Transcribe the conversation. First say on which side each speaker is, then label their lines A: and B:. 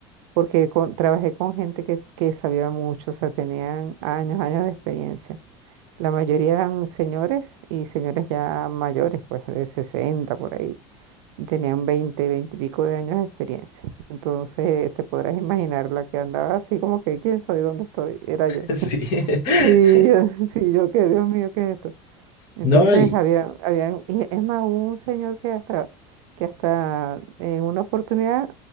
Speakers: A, on the right; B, on the left.
A: porque con- trabajé con gente que, que sabía mucho, o sea, tenían años, años de experiencia. La mayoría eran señores y señores ya mayores, pues de 60 por ahí. y Tenían 20, 20 y pico de años de experiencia. Entonces, te podrás imaginar la que andaba así como que, ¿quién soy? ¿Dónde estoy? Era yo.
B: <laughs> Sí.
A: <laughs> Sí,
B: <laughs>
A: <laughs> sí, yo qué, Dios mío, ¿qué es esto? Entonces
B: No, y,
A: había, había, y es más, hubo un señor que hasta, que hasta en una oportunidad